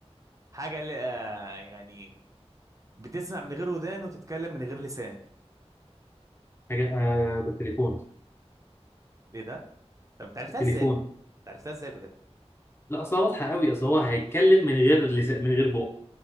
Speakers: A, on the right; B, on the left.
A: حاجة اللي آه يعني بتسمع من غير ودان وتتكلم من غير لسان
B: حاجة آه بالتليفون
A: ايه ده طب انت عرفتها
B: التليفون
A: ازاي انت عرفتها ازاي بجد
B: لا اصلا واضحة قوي اصلا هو هيتكلم من غير لسان من غير بق